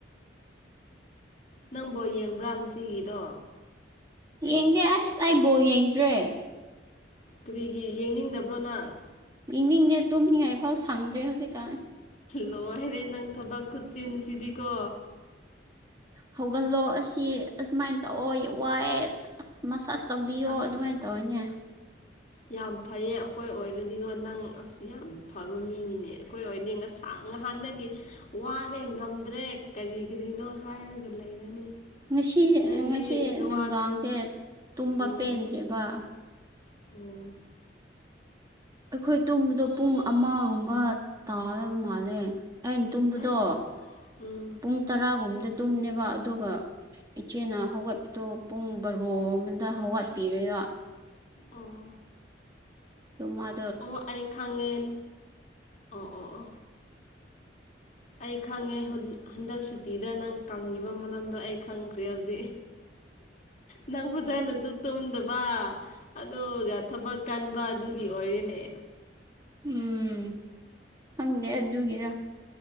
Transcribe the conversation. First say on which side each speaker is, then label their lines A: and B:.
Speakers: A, on the left; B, on the right.
A: ꯅꯪ ꯕꯣꯜ ꯌꯦꯡꯕ꯭ꯔꯥ ꯉꯁꯤꯒꯤꯗꯣ
B: ꯌꯦꯡꯗꯦ ꯑꯁ ꯑꯩ ꯕꯣꯜ ꯌꯦꯡꯗ꯭ꯔꯦ
A: ꯀꯔꯤꯒꯤ ꯌꯦꯡꯅꯤꯡꯗꯕ꯭ꯔꯣ ꯅꯪ
B: ꯌꯦꯡꯅꯤꯡꯗꯦ ꯇꯨꯝꯅꯤꯡꯉꯥꯏꯐꯥꯎ ꯁꯪꯗꯦ ꯍꯧꯖꯤꯛꯀꯥꯟ
A: ꯂꯣꯏꯔꯦ ꯅꯪ ꯊꯕꯛ ꯈꯨꯠꯆꯤꯟꯁꯤꯗꯤꯀꯣ
B: ꯍꯧꯒꯠꯂꯣ ꯑꯁꯤ ꯑꯁꯨꯃꯥꯏꯅ ꯇꯧꯑꯣ ꯋꯥꯏꯌꯦ ꯑ ꯃꯁꯥꯁ ꯇꯧꯕꯤꯌꯣ
A: ꯑꯁ
B: ꯑꯗꯨꯃꯥꯏ ꯇꯧꯋꯦꯅꯦ
A: ꯌꯥꯝ ꯐꯩꯌꯦ ꯑꯩꯈꯣꯏ ꯑꯣꯏꯔꯗꯤꯉꯣ ꯅꯪ ꯑꯁ ꯌꯥꯝ ꯐꯕ ꯃꯤꯅꯤꯅꯦ ꯑꯩꯈꯣꯏ ꯑꯣꯏꯗꯤ ꯉꯁꯥꯡ ꯉꯍꯥꯟꯗꯒꯤ ꯋꯥꯔꯦ ꯉꯝꯗ꯭ꯔꯦ ꯀꯔꯤ ꯀꯔꯤꯅꯣ ꯍꯥꯏꯔꯒ ꯂꯩꯔꯅꯤ
B: ꯉꯁꯤ
A: ꯅꯪꯗꯤ
B: ꯑ ꯉꯁꯤ
A: ꯅꯋꯥ
B: ꯅꯨꯡꯗꯥꯡꯁꯦ ꯇꯨꯝꯕ
A: ꯎꯝ
B: ꯄꯦꯟꯗ꯭ꯔꯦꯕ
A: ꯑꯣ
B: ꯑꯩꯈꯣꯏ ꯇꯨꯝꯕꯗꯣ ꯄꯨꯡ ꯑꯃꯒꯨꯝꯕ ꯇꯥꯔꯕ ꯃꯥꯜꯂꯦ ꯑꯩꯅ ꯇꯨꯝꯕꯗꯣ
A: ꯑꯁ ꯎꯝ
B: ꯄꯨꯡ ꯇꯔꯥꯒꯨꯝꯗ ꯇꯨꯝꯅꯦꯕ ꯑꯗꯨꯒ ꯏꯆꯦꯅ ꯍꯧꯒꯠꯄꯗꯣ ꯄꯨꯡ ꯕꯔꯣ ꯑꯃꯗ ꯍꯧꯒꯠꯄꯤꯔꯦꯕ
A: ꯑꯣ
B: ꯑꯗꯣ ꯃꯥ
A: ꯑꯣ ꯑꯩ ꯈꯥꯡꯉꯦ ꯑꯣ ꯑꯣ ꯑꯣ ꯑꯩ ꯈꯪꯉꯦ ꯍꯧꯖꯤꯛ ꯍꯟꯗꯛ ꯁꯨꯇꯤꯗ ꯅꯪ ꯀꯪꯉꯤꯕ ꯃꯔꯝꯗꯣ ꯑꯩ ꯈꯪꯈ꯭ꯔꯦ ꯍꯧꯖꯤꯛ ꯅꯪ ꯐꯖꯅꯁꯨ ꯇꯨꯝꯗꯕ ꯑꯗꯨꯒ ꯊꯕꯛ ꯀꯟꯕ ꯑꯗꯨꯒꯤ ꯑꯣꯏꯔꯤꯅꯦ
B: ꯎꯝ ꯈꯪꯗꯦ ꯑꯗꯨꯒꯤꯔ